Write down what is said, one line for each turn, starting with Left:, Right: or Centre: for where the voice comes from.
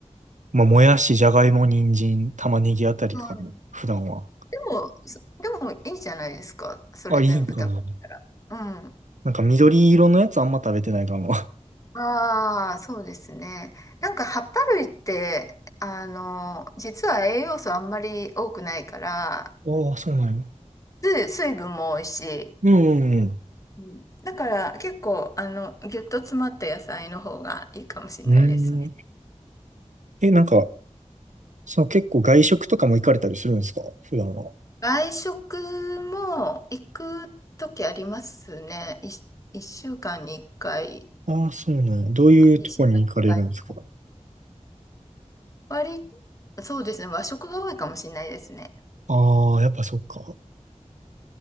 Right: まあ、もやし、じゃがいも、人参、玉ねぎあたりかも。
Left: うん。
Right: 普段は。
Left: でも、そでもいいじゃないですか。それ全部食べたら。
Right: あ、いいんかな。
Left: うん。
Right: なんか緑色のやつあんま食べてないかも。<laughs>
Left: ああ、そうですね。なんか葉っぱ類って、あの、実は栄養素あんまり多くないから、
Right: ああ、そうなんや。
Left: 水水分も多いし、
Right: うんうん
Left: うんだから結構、あの、ぎゅっと詰まった野菜の方がいいかもしれないですね。
Right: うん。うーん。え、なんか、そう、結構外食とかも行かれたりするんですか普段は。
Left: 外食も行くときありますね。い一週間に一回、
Right: ああ、そうなんや。どういうとこに行かれるんですか
Left: 二週間に一回とか。割り、そうですね。和食が多いかもしれないですね。
Right: ああ、やっぱそっか。